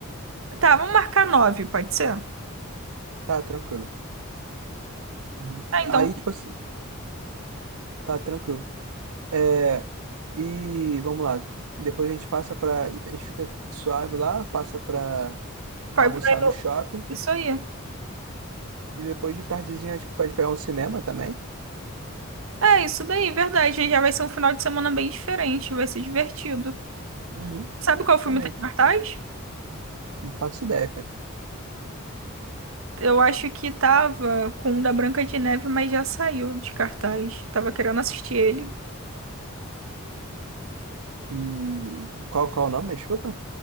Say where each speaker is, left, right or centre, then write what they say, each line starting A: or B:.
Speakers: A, on the right (about 70°); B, on the right (about 90°).
A: Tá, vamos marcar nove, pode ser?
B: Tá, tranquilo. Uhum.
A: Tá, então
B: Aí, tipo assim, tá tranquilo. É, e vamos lá. Depois a gente passa pra. A gente fica suave lá, passa pra
A: Vai,
B: almoçar
A: vai no-
B: no shopping.
A: Isso aí.
B: E depois de tardezinha a gente pode pegar um cinema também?
A: É, isso daí, verdade. Já vai ser um final de semana bem diferente, vai ser divertido.
B: Uhum,
A: Sabe qual filme
B: também.
A: tá
B: tipo,
A: em cartaz?
B: Não faço ideia, cara.
A: Eu acho que tava com o da Branca de Neve, mas já saiu de cartaz. Tava querendo assistir ele.
B: Hum, qual, qual é o nome? Desculpa.